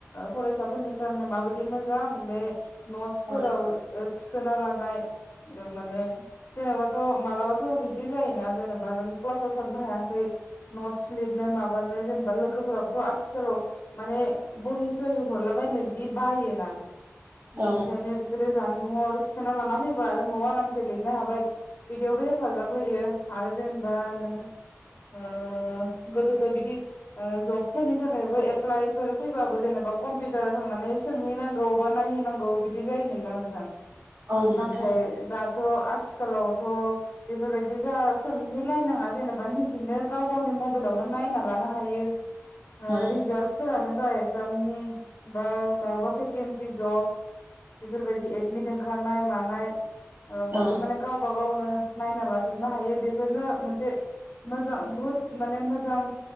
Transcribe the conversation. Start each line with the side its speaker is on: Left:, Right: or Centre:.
Left: फरायसाफोरनि थाखाय माबायदि मोजां मोजां बे नटसफोराव
Right: औ
Left: थिखोना लानाय ओ माने जेनबा थ' मालाबाथ' बिदि जायोना जेनेबा जों क्लासाव थांनो हायाखै नट्स लिरनो माबानो जेनेबा लोगोफोराबोथ' आथिखालाव माने बहि सहि हरलाबायनो बिदि बायोना बेनिखायनो
Right: औ
Left: बेफोरो जानबुंआव आरो थिखांना लाना फैबा आरो न'आव आरामसे लिरनो हाबाय बिदियावबो हेफाजाब होयो आरो जे बा नोङो ओ गोदोथ' बिदि जबफोरनि थाखायबो एप्लाइफोर फैबाबो जेनेबा कम्पिउटाराव थांनानै सोंहैनांगौ बा नायहैनांगौ बिदि जायोमोन ना नोंथां।
Right: औ नोंथां
Left: नाथाय दा थ आथिखालावथ' बेफोरबायदि जा सों हैलायनाङा जेनेबा निजिनो गाव गावनि मबाइलावनो नायना लानो हायो। ओ
Right: औ
Left: रिजाल्टफोरानो जा एग्जामनि बा मायाबा भेकेन्सि जब बेफोरबायदि एडमिट ओंखारनाय मानाय बयबो
Right: औ
Left: माने गावबा गावनो नायना लाजोबनो हायो बे बेफोरनो मोनसे मोजां बहुत माने मोजां